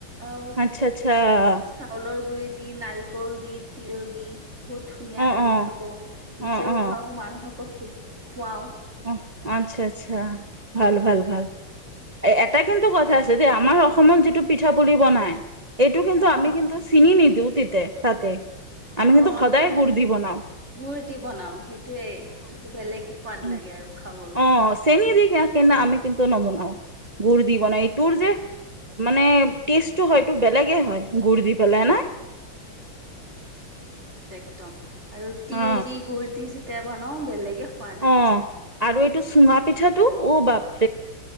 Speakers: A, on the right; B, on the right.
A: আহ
B: আচ্ছা আচ্ছা
A: চাউলৰ গুৰি দি, নাৰিকল দি, তিল দি বহুত ধুনীয়া
B: অ
A: লাগে
B: অ
A: খাব, নিজেও
B: অ অ
A: খাওঁ মানুহকো খ খুৱাও।
B: আহ আচ্ছা আচ্ছা, ভাল ভাল ভাল। এ এটা কিন্তু কথা আছে যে আমাৰ অসমত যিটো পিঠা পুলি বনাই এইটো কিন্তু
A: অ
B: আমি কিন্তু চিনি নিদিওঁ তিতে তাতে। আমি
A: অ
B: কিন্তু
A: আমিতো
B: সদায় গুড় দি বনাওঁ
A: গুৰ দি বনাও সেইটোয়ে, এইটোতো বেলেগে সোৱাদ।
B: উম,
A: লাগে আৰু খাবলৈ
B: অ চেনি দি কে আমি তিক কিন্তু নবনাওঁ, গুৰ দি বনাই তোৰ যে, মানে টেষ্টটো হয় টো বেলেগে হয় গুড় দি পেলাই নাই।
A: ত আৰু তিল
B: অ
A: দি, গুৰ দি যেতিয়া বনাওঁ বেলেগে সোৱাদ আহি
B: অ
A: যায়
B: আৰু এইটো চুঙা পিঠাটো, ঔ বাপ